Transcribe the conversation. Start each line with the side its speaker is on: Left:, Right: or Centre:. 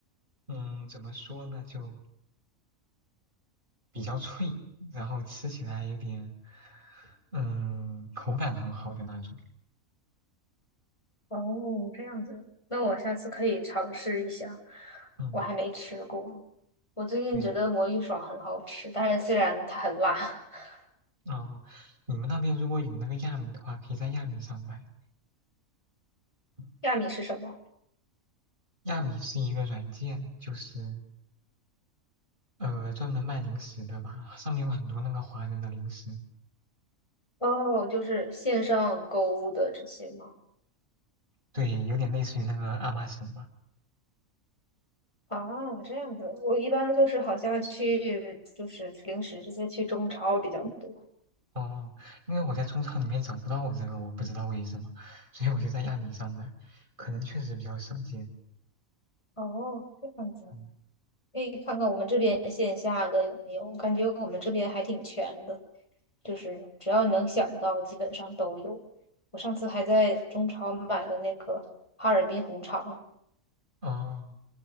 Right: 嗯，怎么说呢，就比较脆，然后吃起来有点，嗯，口感很好的那种，
Left: 哦，这样子，那我下次可以尝试一下。
Right: 嗯，
Left: 我还没吃过，我最近觉得魔芋爽很好吃，
Right: 对，
Left: 但是虽然它很辣。<laughs>
Right: 嗯，你们那边如果有那个亚米的话，可以在亚米上买。嗯
Left: 亚米是什么？
Right: 亚米是一个软件，就是呃，专门卖零食的吧，上面有很多那个华人的零食，
Left: 哦，就是线上购物的这些吗？
Right: 对，有点类似于那个阿玛什吧。
Left: 啊，这样子，我一般就是好像去就是零食这些去中超比较多。
Right: 哦，因为我在中超里面找不到这个，我不知道为什么，所以我就在亚米上买，可能确实比较少见。
Left: 哦，这样子。
Right: 嗯，
Left: 可以看看我们这边线下的有没有，我感觉我们这边还挺全的，就是只要你能想到，基本上都有。我上次还在中超买了那个哈尔滨红肠。
Right: 哦，